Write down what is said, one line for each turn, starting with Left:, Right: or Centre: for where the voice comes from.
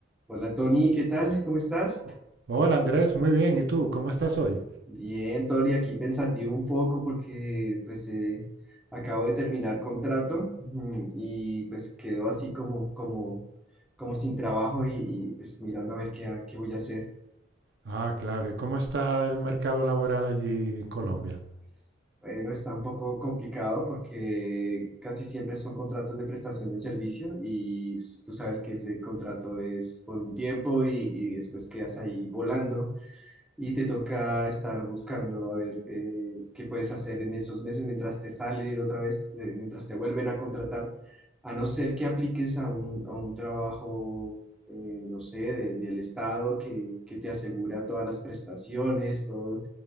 Centre: Hola Tony, ¿qué tal? ¿Cómo estás?
Right: O- Hola Andrés, muy bien. ¿Y tú? ¿Cómo estás hoy?
Centre: Bien, Tony, aquí pensativo un poco porque pues eh, acabo de terminar contrato ujú, y pues quedo así como, como, como sin trabajo y, y, pues mirando a ver qué, ha- qué voy a hacer.
Right: Ah, claro. ¿Y cómo está el mercado laboral allí en Colombia?
Centre: Mm. Bueno, está un poco complicado porque casi siempre son contratos de prestación de servicio y s- tú sabes que ese contrato es por un tiempo y, y después quedas ahí volando y te toca estar buscando a ver eh, qué puedes hacer en esos meses mientras te salen otra vez, eh, mientras te vuelven a contratar, a no ser que apliques a un, a un trabajo, eh, no sé, de- del Estado que, que te asegura todas las prestaciones, todo,